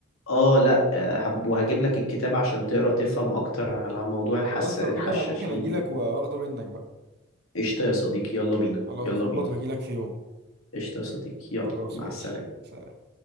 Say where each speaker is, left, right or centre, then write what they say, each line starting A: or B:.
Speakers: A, on the left; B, on the right.
A: اه لا آه، هب- وهجيب لك الكتاب عشان تقرا تفهم اكتر على موضوع الحس
B: خلاص
A: الحشاشين
B: لو كده انا ممكن اجيلك
A: دول
B: واخده منك بقى
A: قشطة يا صديقي يلا بينا
B: خلاص
A: يلا
B: هظبط
A: بينا
B: واجيلك في يوم
A: قشطة يا صديقي يلا
B: خلاص
A: مع
B: ماشي
A: السلامة
B: سلام